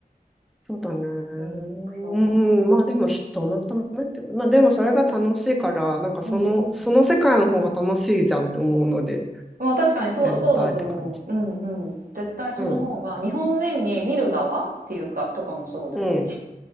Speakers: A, in the centre; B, on the right.
A: そうだね。う
B: いい目標だな。
A: ん、まあでも人のためってまあでもそれが楽しいから、なんかその、
B: うんうん。
A: その世界の方が楽しいじゃんって思うので、
B: まあ、確かにそう、
A: やりたいって感じ。
B: そうだと思う。うんうん。絶対その方が日本人に見る側っていうかとかもそうだし、
A: うん、うん、